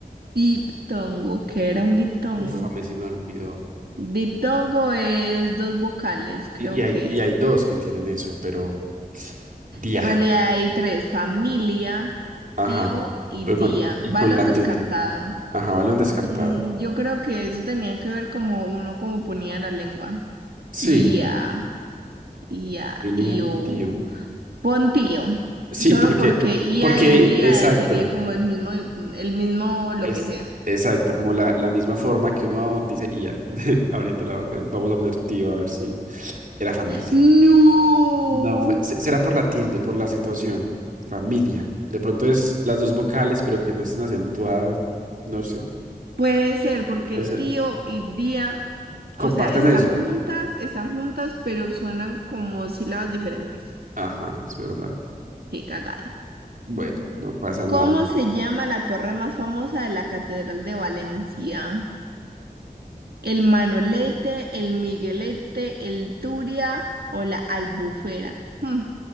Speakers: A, on the right; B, on the right.
A: Diptongo, ¿qué
B: di-
A: era un diptongo?
B: Uf, a mí se me olvidó.
A: Diptongo es dos vocales, creo
B: Y y hay,
A: que
B: y
A: es.
B: hay dos que tienen eso, pero día.
A: En realidad hay tres, familia,
B: Ajá.
A: tío y
B: Pero
A: día.
B: con, y
A: Balón
B: con la tilde.
A: descartado.
B: Ajá, balón descartado.
A: Mm, yo creo que eso tenía que ver como uno como ponía la lengua.
B: Sí.
A: Ia, ia,
B: Familia,
A: io.
B: tío.
A: Pontío.
B: Sí,
A: Solo
B: porque,
A: porque ia
B: porque,
A: y día
B: exacto.
A: sería como el mismo, el mismo lo
B: Es
A: que sea.
B: exacto, como la, la misma forma que uno dice IA, <laughs> abriendo la boca. Vamos a poner tío a ver si era familia.
A: No.
B: No, fue- se- será por la tilde, por la acentuación. Familia. De pronto es las dos vocales, pero que no estén acentuadas. No sé.
A: Puede ser porque
B: Puede
A: tío
B: ser.
A: y día, o
B: Comparten
A: sea, están
B: eso.
A: juntas, están juntas, pero suenan como sílabas diferentes.
B: Ajá, es verdad.
A: Qué cagada.
B: Bueno, no pasa nada.
A: ¿Cómo se llama la torre más famosa de la Catedral de Valencia? ¿El Manolete, el Miguelete, el Turia o la Albufera? Hmm,